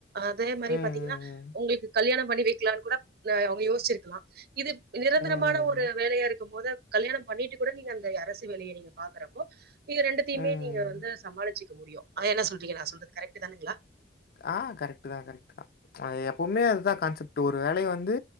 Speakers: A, on the right (about 55°); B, on the left (about 50°).
A: அதே மாரி
B: ம், ம்,
A: பாத்தீங்கன்னா
B: ம்.
A: உங்களுக்கு கல்யாணம் பண்ணி வெக்லானு கூட அ அவங்க யோசிச்சிருக்கலா இது நிரந்தரமான
B: ம்.
A: ஒரு வேலையா இருக்கும் போது கல்யாணம் பண்ணிட்டு கூட நீங்க அந்த அரசு வேலைய நீங்க பாக்குறப்போ இது ரெண்டுத்தையுமே
B: ம்.
A: நீங்க வந்து சமாளிச்சிக்க முடியு அ என்ன சொல்றீங்க நா சொல்றது கரெக்ட் தானுங்களா
B: ஆ கரெக்ட் தா கரெக்ட் தா எப்பவுமே அதுதா கான்சப்ட்டு ஒரு வேலைய வந்து